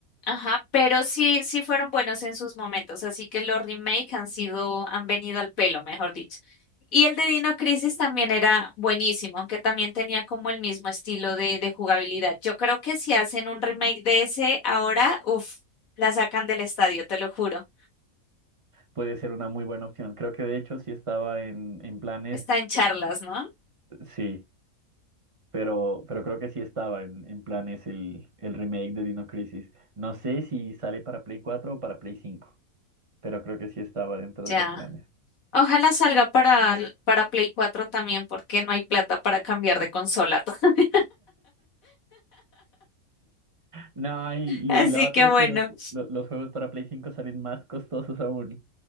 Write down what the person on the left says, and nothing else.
ajá, pero sí, sí fueron buenos en sus momentos, así que los remake han sido, han venido al pelo, mejor dicho. Y el de Dino Crisis también era buenísimo, aunque también tenía como el mismo estilo de, de jugabilidad. Yo creo que si hacen un remake de ese ahora, uff, la sacan del estadio, te lo juro.
Está en charlas, ¿no?
Ya.
Ojalá salga para, para Play 4 también, porque no hay plata para cambiar de consola. <laughs>
Así
que
bueno,